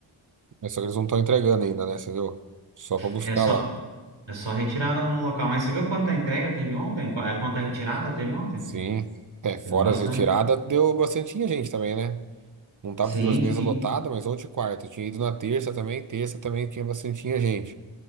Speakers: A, on the right (about 40°); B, on the right (about 65°).
A: Mas só que eles não estão entregando ainda, né? Você viu? Só para buscar
B: É só,
A: lá.
B: é só retirada no local. Mas você viu quanta entrega teve ontem? Qu- é, Quanta retirada teve ontem?
A: Sim. É, fora
B: Teve bastante.
A: as retiradas, deu bastante gente também, né? Não tava
B: Sim,
A: todas as mesas
B: sim.
A: lotadas, mas ontem e quarta. Eu tinha ido na terça também. Terça também tinha bastante tinha gente.